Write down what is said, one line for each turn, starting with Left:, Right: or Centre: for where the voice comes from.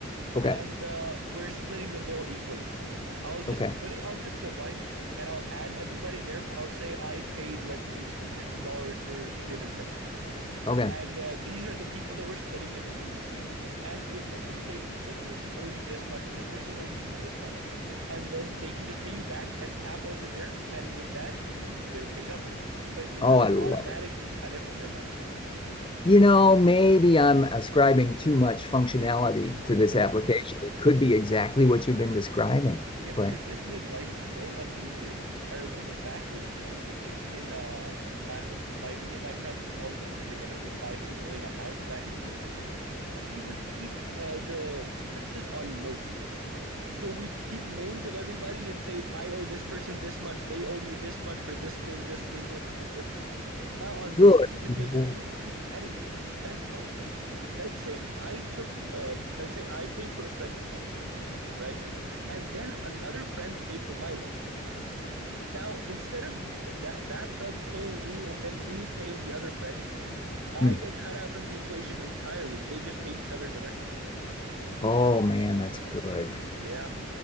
Left: Okay.
Right: and uh, we're splitting the bill equally. I'll just
Left: Okay.
Right: put it onto Splitwise and I'll add everybody there. I'll say I paid, let's say, two hundred fifty dollars for dinner today
Left: Okay.
Right: and uh, these are the people that we're splitting in, in between and it will just say this person owes you this much this person owes you this much and then they can just pay you back and tap over there and with that they're paid up but it doesn't
Left: Oh, I love
Right: automatically
Left: it.
Right: cut it from their bank
Left: You know, maybe I'm ascribing too much functionality to this
Right: account
Left: application.
Right: <laughs>
Left: It could be exactly what you've been describing,
Right: yeah because
Left: but
Right: this made life so much easier i remember back when we were living in uh, uh my me and my friends were all living together we were five people in a house back in covid we would keep uh, the expenses on notes So we keep names of everybody and say, I owe this person this much, they owe me this much for this thing, this thing, this thing, this thing. Now on
Left: good.
Right: this, you can just
Left: Mm,
Right: make a group, keep adding it, and the best part is, let's say I took, uh, let's say I paid for a friend's lunch, right? And then another friend paid for my lunch. Now instead of that that friend paying me and then me paying the other friend, I
Left: mm.
Right: get cut out from the equation entirely. They just pay each other directly.
Left: Oh man, that's good.
Right: Yeah,